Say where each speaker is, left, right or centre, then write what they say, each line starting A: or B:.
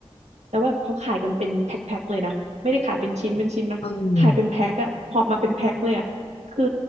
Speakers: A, on the right (about 85°); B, on the left (about 65°).
A: แล้วแบบเขาขายกันเป็นแพ็คๆเลยนะไม่ได้ขายเป็นชิ้นเป็นชิ้นนะขายเป็นแพ็คอะหอบมาเป็นแพ็คเลยอะคือ
B: เออ